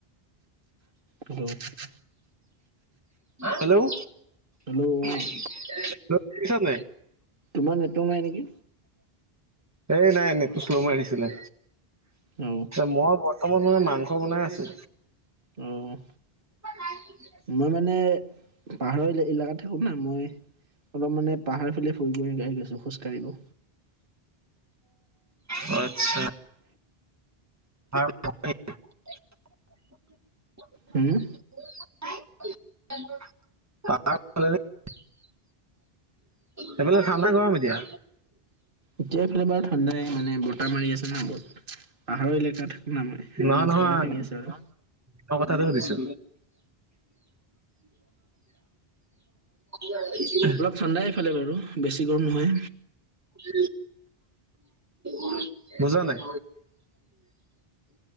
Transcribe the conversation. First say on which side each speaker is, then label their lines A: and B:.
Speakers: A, on the right (about 60°); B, on the right (about 15°).
A: hello
B: hello
A: অ
B: শুনিছা নে নাই?
A: তোমাৰ নেটৱৰ্ক নাই নেকি
B: এ নাই নেট তো শ্লো মাৰি দিছিলে।
A: অ
B: মই বৰ্তমান মানে মাংস বনাই আছো।
A: উম।
B: <unintelligible>
A: মই মানে পাহাৰৰ ইলাকাত থাকোঁ না, মই অলপ মানে পাহাৰ ফালে ফুৰিব আহি আছো খোজ কাঢ়িব।
B: অ', আচ্ছা। আৰু <unintelligible>
A: হুম
B: <unintelligible> সফালে ঠাণ্ডা নে গৰম এতিয়া?
A: এতিয়া এইফালে বাৰু ঠাণ্ডাই মানে বতাহ মাৰি আছে ন বহুত, পাহাৰৰ এলেকা থাকো না মই। সেইকাৰণে
B: নহয়, নহয়
A: ঠাণ্ডা লাগি আছে আৰু
B: দিন কথাটো সুধিছো? <unintelligible>
A: ঠাণ্ডাই এফালে বাৰু। বেছি গৰম নহয়
B: উ, উম <unintelligible> বুজা নাই।